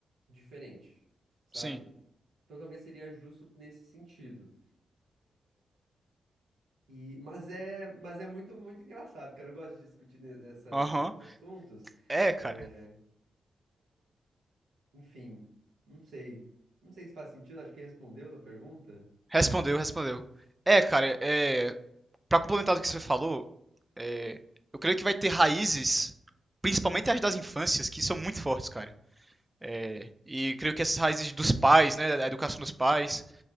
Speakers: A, on the right (about 80°); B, on the right (about 15°).
A: diferente, sabe?
B: sim.
A: Então talvez seria justo nesse sentido. E, mas é, mas é muito, muito engraçado, cara. Eu gosto de discutir ne- essa-
B: Aham.
A: desses assuntos.
B: É,
A: É,
B: cara.
A: Enfim, não sei. Não sei se faz sentido, acho que respondeu a tua pergunta.
B: Respondeu, respondeu. É, cara, é, para complementar do que você falou, é, eu creio que vai ter raízes, principalmente as das infâncias, que são muito fortes, cara. É, e creio que essas raízes dos pais, né, a educação dos pais,